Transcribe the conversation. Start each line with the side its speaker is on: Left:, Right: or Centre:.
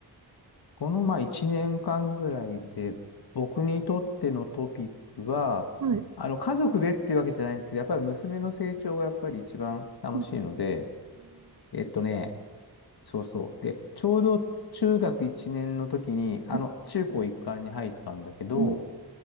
Left: この、まあ、1年間ぐらいで、僕にとってのトピックは、
Right: はい。
Left: あの、家族でっていうわけじゃないんですけど、やっぱり娘の成長がやっぱり一番楽しいので、
Right: うん。
Left: えっとね、そうそう。で、ちょうど中学1年の時に、あの、
Right: はい
Left: 中高一貫に入ったんだけど、
Right: うん。